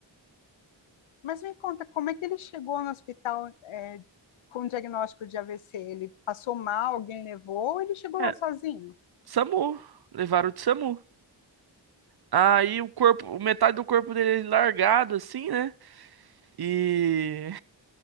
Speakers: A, on the left; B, on the right.
A: Mas me conta, como é que ele chegou no hospital, é, com o diagnóstico de AVC? Ele passou mal, alguém levou, ou ele chegou
B: É,
A: lá sozinho?
B: SAMU, levaram de SAMU. Aí o corpo, metade do corpo dele é largado assim, né? E